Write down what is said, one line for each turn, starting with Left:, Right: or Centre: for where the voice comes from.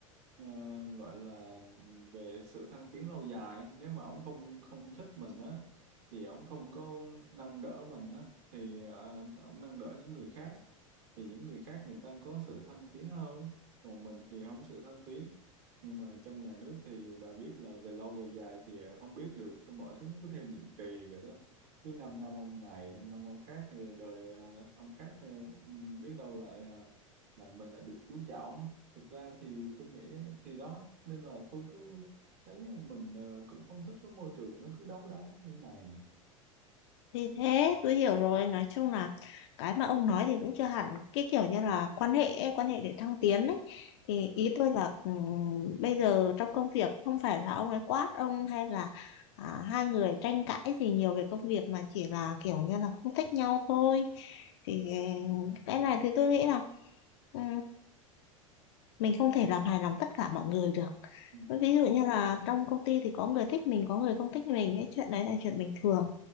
Right: ờ, gọi là về sự thăng tiến lâu dài nếu mà ông không không thích mình á thì ông không có nâng đỡ mình á thì uh, ông nâng đỡ những người khác thì những người khác người ta có sự thăng tiến hơn còn mình thì không sự thăng tiến nhưng mà trong nhà nước thì bà biết là về lâu về dài thì không biết được trong mọi thứ nó cứ theo nhiệm kỳ vậy đó cứ 5 năm năm ông này 5 năm năm ông khác thì đời ờ, ông khác ờ, biết đâu lại ờ, là mình lại được chú trọng thực ra thì tôi nghĩ á, thì đó nên là tôi cứ thấy mình ờ, cũng không thích cái môi trường nó cứ đấu đá như thế này
Left: Thì thế tôi hiểu rồi nói chung là cái mà ông nói thì cũng chưa hẳn cái kiểu như là quan hệ ấy, quan hệ để thăng tiến ấy thì ý tôi là ừm, bây giờ trong công việc không phải là ông ấy quát ông hay là à, hai người tranh cãi gì nhiều về công việc mà chỉ là kiểu như là không thích nhau thôi thì ừ, cái này thì tôi nghĩ là ừ, mình không thể làm hài lòng tất cả mọi người được
Right: ừ,
Left: ví dụ như là trong công ty thì có người thích mình có người không thích mình cái chuyện đấy là chuyện bình thường